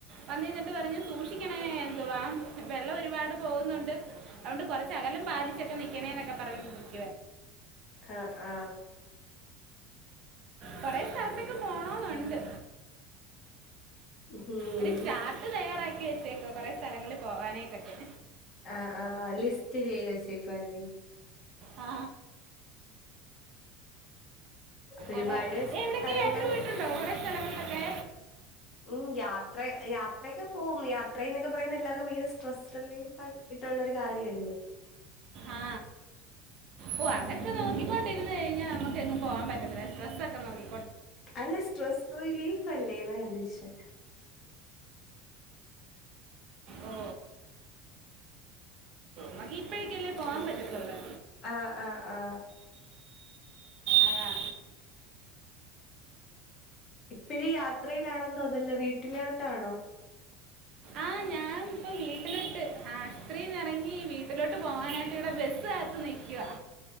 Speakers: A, on the right (about 45°); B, on the left (about 35°).
A: വന്ന നിന്നിട്ട് പറഞ്ഞു സൂക്ഷിക്കണേ എന്തുവാ വെള്ളം ഒരുപാട് പോകുന്നുണ്ട് അതൊണ്ട് കൊറച്ച് അക ലം പാലിച്ചൊക്കെ നിക്കണേ എന്നൊക്കെ പറഞ്ഞണ്ട് പോയി
B: ആ ആ
A: കൊറെ സ്ഥലത്തക്ക് പോണോന്നുണ്ട്
B: ഉം
A: ഒരു ചാർട്ട് തയ്യാറാക്കി വെച്ചേക്കുവ കൊറെ സ്ഥലങ്ങളിൽ പോവാനായിട്ടൊക്കെ
B: ആ ആ ലിസ്റ്റ് ചെയ്ത് വച്ചേക്കുവാല്ലേ
A: ആ
B: ഒരുപാട്
A: അതെ
B: സ്ഥലങ്ങൾ
A: എവിടൊക്കെ യാത്ര പോയിട്ടുണ്ടോ അവിടെ സ്ഥലങ്ങളിലൊക്കെ
B: ഉം യാത്ര യാത്രയൊക്കെ പോവും യാത്ര എന്നൊക്കെ പറയുന്ന എല്ലാവർക്കും ഭയങ്കര സ്ട്രെസ് റിലീഫായിട്ട് കി ട്ടനുള്ളൊരു കാര്യവ
A: ആ ഓ അതൊക്കെ നോക്കിക്കൊണ്ടിരന്ന് കഴിഞ്ഞാ നമുക്ക് എങ്ങും പോവാൻ പറ്റത്തില്ല സ്ട്രെസ് ഒക്കെ നോക്കി
B: അല്ല സ്ട്രെസ്സ് റിലീഫ് അല്ലേന്ന് ഞാൻ തിരിച്ചെ
A: ഓ നമ്മുക്ക് ഇപ്പോഴേക്കല്ലേ പോവാൻ പറ്റത്തുള്ള്
B: ആ ആ ആ
A: അതാ
B: ഇപ്പഴും യാത്രയിലാണെന്ന് തോന്നല്ലോ വീട്ടിലോട്ടാണോ
A: ആ ഞാൻ ഇപ്പ വീട്ടിലോട്ട് ആശുപത്രിന്ന് ഇറങ്ങി വീട്ടിലോട്ട് പോകാനായിട്ട് ഇവിടെ ബസ് കാത്ത് നിൽക്കുവ